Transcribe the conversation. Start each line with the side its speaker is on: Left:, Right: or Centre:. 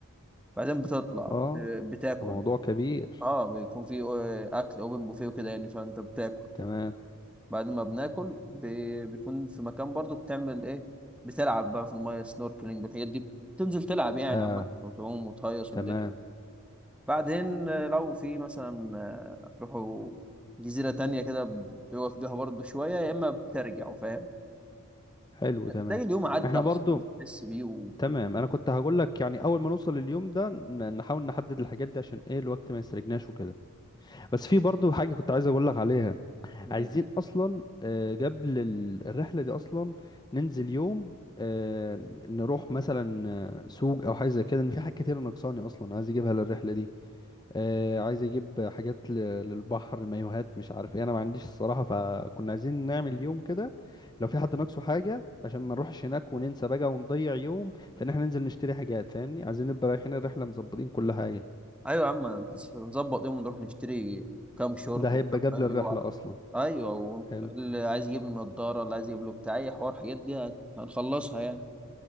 Centre: بعدين بتطلع
Left: اه
Centre: ب- بتاكل
Left: ده موضوع كبير
Centre: اه بيكون في آه، أكل أوبن بوفيه وكده يعني فأنت بتاكل
Left: تمام
Centre: بعد ما بناكل ب- بيكون في مكان برضو بتعمل إيه بتلعب بقى في المايه سنوركلينج والحاجات دي بتنزل تلعب يعني
Left: اه
Centre: عامة وتعوم وتهيص
Left: تمام
Centre: والدنيا بعدين آه، لو في مثلا آه، تروحوا جزيرة تانية كده بيقف بيها برضه شوية يا إما بترجعوا فاهم
Left: حلو تمام
Centre: تلاقي اليوم عدى
Left: احنا
Centre: أصلا
Left: برضو
Centre: مش تحس بيه و...
Left: تمام انا كنت هقول لك يعني اول ما نوصل اليوم ده ن- نحاول نحدد الحاجات دي عشان ايه الوقت ما يسرقناش وكده بس في برضو حاجة كنت عايز اقول لك عليها عايزين
Centre: آه،
Left: اصلا آه، قبل ال- الرحله دي اصلا ننزل يوم آه، نروح مثلا آه، سوق او حاجه زي كده ان في حاجات كتير ناقصاني اصلا عايز اجيبها للرحله دي آه، عايز اجيب حاجات ل- للبحر مايوهات مش عارف ايه انا ما عنديش الصراحه فكنا عايزين نعمل يوم كده لو في حد ناقصه حاجه عشان ما نروحش هناك وننسى بقى ونضيع يوم فان احنا ننزل نشتري حاجات فاهمني عايزين نبقى رايحين الرحله مظبطين كل حاجه
Centre: أيوة يا عم نظبط يوم ونروح نشتري كام شورت
Left: ده
Centre: وكام
Left: هيبقى قبل
Centre: مايو
Left: الرحله
Centre: على
Left: اصلا
Centre: أيوة و-
Left: حلو
Centre: اللي عايز يجيب له نضارة اللي عايز يجيب له بتاع أي حوار الحاجات دي هت- هنخلصها يعني